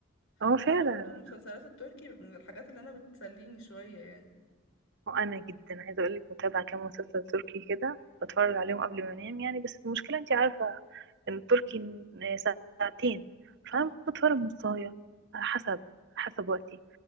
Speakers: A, on the right; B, on the left.
A: هو
B: انا
A: فعلا
B: برضو المسلسلات التركي من الحاجات اللي انا بتسليني شوية يعني
A: وانا جدا عايزه اقول لك متابعه كام مسلسل تركي كده بتفرج عليهم قبل ما انام يعني بس المشكله انت عارفه ان التركي ساعتين
B: اه
A: فانا بتفرج نصايه على حسب على حسب وقتي